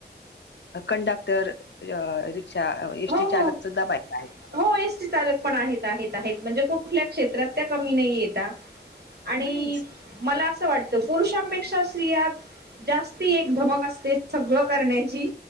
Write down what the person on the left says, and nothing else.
कंडक्टर अ रिक्षा
एसटी
चालक सुद्धा बाक आहेत.
नाहीच.